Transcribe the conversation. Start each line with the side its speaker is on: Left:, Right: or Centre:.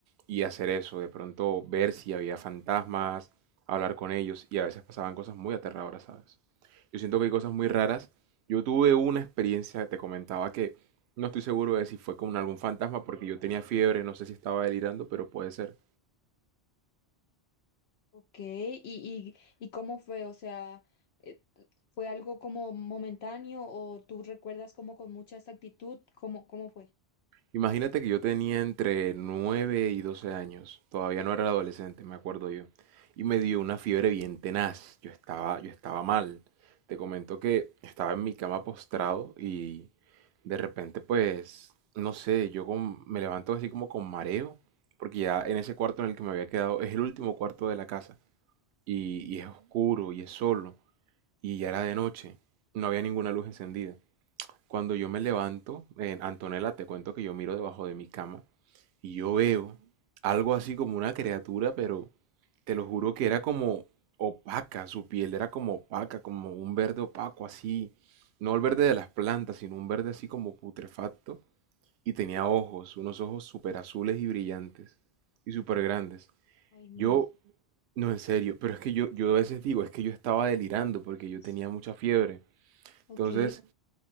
Right: y hacer eso, de pronto ver si había fantasmas, hablar con ellos y a veces pasaban cosas muy aterradoras, ¿sabes? Yo siento que hay cosas muy raras. Yo tuve una experiencia, te comentaba que no estoy seguro de si fue con algún fantasma porque yo tenía fiebre, no sé si estaba delirando, pero puede ser.
Left: Ok, ¿y, y, y cómo fue? O sea, eh, ¿fue algo como momentáneo o tú recuerdas como con mucha exactitud? ¿Cómo, cómo fue?
Right: Imagínate que yo tenía entre 9 y 12 años, todavía no era adolescente, me acuerdo yo, y me dio una fiebre bien tenaz, yo estaba, yo estaba mal. Te comento que estaba en mi cama postrado y de repente pues, no sé, yo con- me levanto así como con mareo, porque ya en ese cuarto en el que me había quedado es el último cuarto de la casa y,
Left: Sí.
Right: y es oscuro y es solo y ya era de noche, no había ninguna luz encendida. Cuando yo me levanto, eh, Antonella, te cuento que yo miro debajo de mi cama y yo
Left: ajá.
Right: veo algo así como una criatura, pero te lo juro que era como opaca, su piel era como opaca, como un verde opaco así, no el verde de las plantas, sino un verde así como putrefacto, y tenía ojos, unos ojos súper azules y brillantes, y súper grandes.
Left: Ay, no.
Right: Yo, no en serio, pero es que yo, yo a veces digo, es que yo estaba delirando porque yo
Left: es-
Right: tenía mucha fiebre.
Left: Ok.
Right: Entonces,